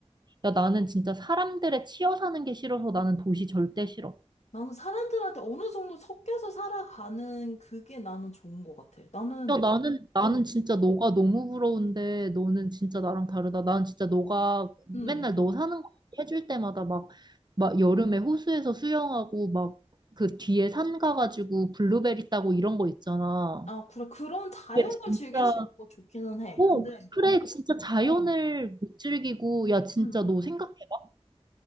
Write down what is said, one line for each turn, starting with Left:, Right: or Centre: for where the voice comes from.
Right: 야 나는 진짜 사람들의 치여 사는 게 싫어서 나는 도시 절대 싫어.
Left: 나는 사람들한테 어느 정도 섞여서 살아가는 그게 나는 좋은 것 같아. 나는,
Right: 야, 나는, 나는
Left: 어,
Right: 진짜 너가 너무 부러운데, 너는 진짜 나랑 다르다. 난 진짜 너가 맨날
Left: 음.
Right: 너 사는 거 해줄 때마다 막, 막 여름에 호수에서 수영하고, 막 그 뒤에 산 가가지고 블루베리 따고 이런 거 있잖아.
Left: 아, 그래, 그런 자연을
Right: 이게 진짜,
Left: 즐길 수 있는 거 좋기는 해.
Right: 오,
Left: 근데,
Right: 그래, 진짜 자연을
Left: 어.
Right: 못 즐기고, 야, 진짜
Left: 음,
Right: 너
Left: 음,
Right: 생각해봐.